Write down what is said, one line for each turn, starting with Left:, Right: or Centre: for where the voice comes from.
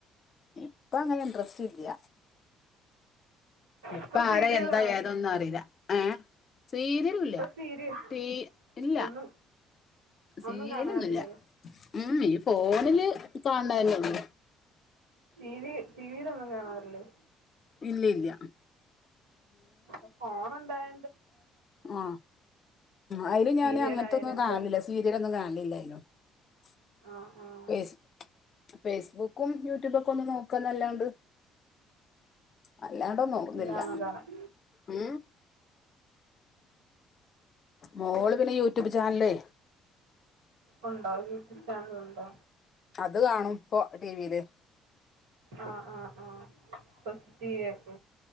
Left: ഇപ്പ അങ്ങനെ ഇൻട്രസ്റ്റ് ഇല്ല എപ്പ
Right: ഇപ്പൊ സീരിയലാണ്
Left: ആടെ എന്താ ഏതൊന്നും അറിയില്ല ആഹ സീരരല്ല
Right: ഇപ്പൊ സീരിയൽ
Left: ത ഇല്ല
Right: ഒന്നും
Left: സിരിലൊന്നുമല്ല
Right: ഒന്നും കാണാറില്ലേ
Left: ഉ ഫോണില് കാണാനള്ള
Right: ടിവി ടിവിൽൊന്നും കാണാറില്ലേ
Left: ഇല്ല ഇല്ല
Right: അ ഫോൺ എന്തായ
Left: ആ അതില് ഞാാന്
Right: സീരിയൽ
Left: അങ്ങനത്തൊന്നും
Right: ആയാലും എന്ത്
Left: കാണലില്ല സീരിയലൊന്നും കാണലില്ല <unintelligible>
Right: ആഹ് ആഹ്
Left: ഫേസ് ഫേസ്ബുക്കും യൂട്യൂബൊക്കെ ഒന്ന് നോക്കന്നല്ലാണ്ട് അല്ലാണ്ടന്നും നോക്കുന്നില്ല
Right: ഇല്ലാന്ന് കാണാൻ
Left: ഉ മോള് പിന്നെ യൂട്യൂബ് ചാനലേ
Right: ഉണ്ടോ യൂട്യൂബ് ചാനൽ ഉണ്ടോ
Left: അത് കാണും ഇപ്പൊ ടി വില്
Right: ആഹ ആഹ ആഹ കൊസിറ്റയക്ക